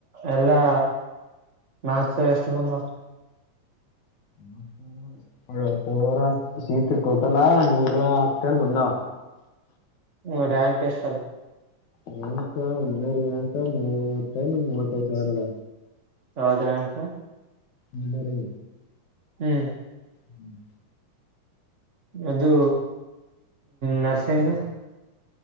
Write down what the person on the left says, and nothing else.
<unintelligible> ಪೋರ ಸಿಇಟಿ ಟೋಟಲಾ ನೂರ ಹತ್ತೆನ್ ಬಂದಾವ.
ದಿನಕ <unintelligible> ಮೂವತ್ತೈದ್ ಮೂವತ್ತೈದು ಸಾವಿರದ.
ಇಲ್ಲ ರೀ
ಹ್ಮ್